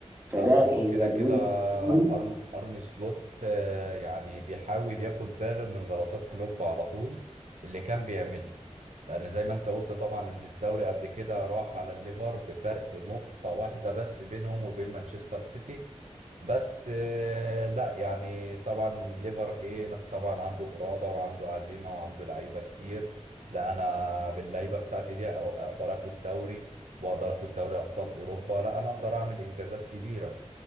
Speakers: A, on the right (about 25°); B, on the right (about 80°).
A: فده
B: لا هو
A: هي
B: كده
A: من
B: كده
A: وجهه نظري
B: أرن أرن سلوت آه، يعني بيحاول ياخد باله من غلطات كلوب على طول اللي كان بيعملها لأن زي ما أنت قلت طبعا إن الدوري قبل كده راح على الليفر بفرق نقطة واحدة بس بينهم وبين مانشستر سيتي بس آه، لا يعني طبعا الليفر إيه لا طبعا عنده إرادة وعنده عزيمة وعنده لعيبة كتير لا أنا باللعيبة بتاعتي دي أقدر آخد دوري واقدر اخد دوري ابطال اوروبا لا انا اقدر اعمل انجازات كبيره